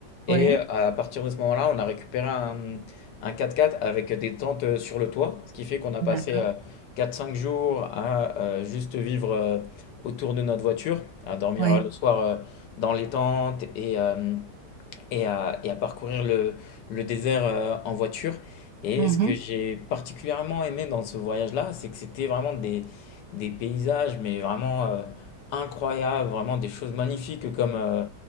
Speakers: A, on the left (about 80°); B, on the right (about 70°).
A: et
B: ouais,
A: euh, à partir de ce moment-là, on a récupéré un, un 4x4 avec des tentes euh, sur le toit, ce qui fait qu'on a
B: d'accord,
A: passé euh, 4-5 jours à euh, juste vivre euh, autour de notre voiture, à dormir
B: ouais.
A: euh, le soir euh, dans les tentes et, euh, et à, et à parcourir le, le désert euh, en voiture. Et
B: Mhm.
A: ce que j'ai particulièrement aimé dans ce voyage-là, c'est que c'était vraiment des, des paysages, mais vraiment euh, incroyables, vraiment des choses magnifiques comme, euh,